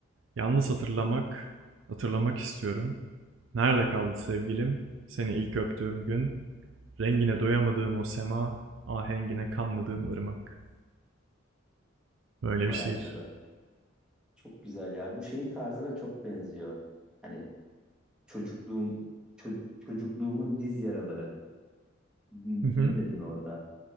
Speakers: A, on the right; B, in the centre.
A: Yalnız hatırlamak, hatırlamak istiyorum. Nerede kaldı sevgilim? Seni ilk öptüğüm gün. Rengine doyamadığım o sema, ahengine kanmadığım ırmak. Böyle
B: Vay
A: bir şiir.
B: arkadaş. Çok güzel ya. Bu şeyin tarzına çok benziyor. Hani çocukluğum ço- çocukluğumun diz yaraları M-
A: Hı hı.
B: mı dedin orada?